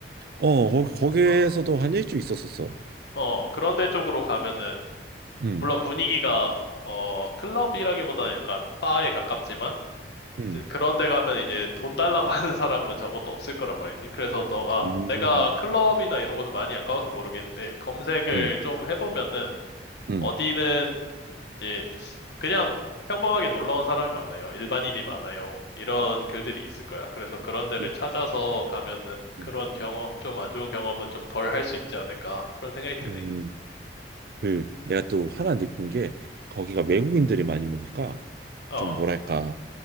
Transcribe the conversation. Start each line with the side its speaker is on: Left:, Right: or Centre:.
Right: 어 거, 거기에서도
Left: 어,
Right: 한 일주일 있었었어.
Left: 어, 그런 데 쪽으로 가면은
Right: 음,
Left: 물론 분위기가 어 클럽이라기보다는 약간 바에 가깝지만
Right: 음,
Left: 이제 그런 데 가면 이제 돈 달라고 <laughs> 하는 사람은 적어도 없을 거란 말이지. 그래서 너가
Right: 음,
Left: 내가 클럽이나 이런 곳을 많이 안 가봐서 모르겠는데 검색을
Right: 음,
Left: 좀 해보면은
Right: 음,
Left: 어디는 이제 그냥 평범하게 놀러 온 사람이 많아요. 일반인이 많아요. 이런 글들이 있을 거야. 그래서 그런 데를
Right: 음,
Left: 찾아서 가면은 그런
Right: 음,
Left: 경험, 좀 안 좋은 경험은 좀 덜 할 수 있지 않을까. 그런 생각이 드네.
Right: 음. 그 내가 또 하나 느낀 게 거기가 외국인들이 많이 오니까
Left: 어,
Right: 좀 뭐랄까